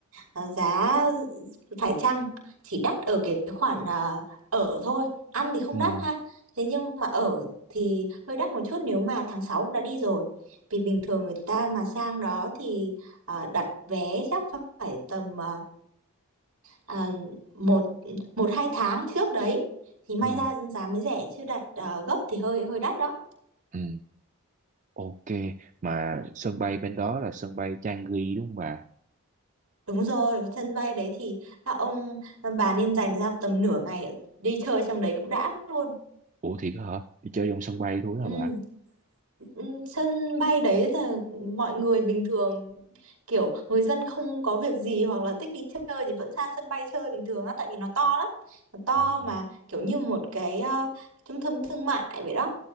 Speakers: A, on the right; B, on the right.
A: ờ, giá phải chăng chỉ đắt ở cái khoản ờ, ở thôi. Ăn thì không
B: Ừ.
A: đắt ha. Thế nhưng mà ở thì hơi đắt một chút nếu mà tháng 6 cũng đã đi rồi. Vì bình thường người ta mà sang đó thì ờ, đặt vé chắc phải tầm ờ, ờ, một một hai tháng trước đấy thì may
B: Ừ.
A: ra giá mới rẻ chứ đặt ờ, gấp thì hơi hơi đắt đó.
B: Ừ. Ok Mà sân bay bên đó là sân bay Changi đúng không bà
A: Đúng rồi, sân bay đấy thì các ông ờ, bà nên dành ra tầm nửa ngày đi chơi trong đấy cũng đã luôn.
B: Ủa thiệt hả Đi chơi trong sân bay thôi hả
A: Ừ.
B: bà
A: Ừ, sân bay đấy là mọi người bình thường kiểu người dân không có việc gì hoặc là thích đi chơi thì vẫn ra sân bay chơi bình thường á tại vì nó to lắm nó to
B: Ủa,
A: mà kiểu như một cái ờ, trung tâm thương mại vậy đó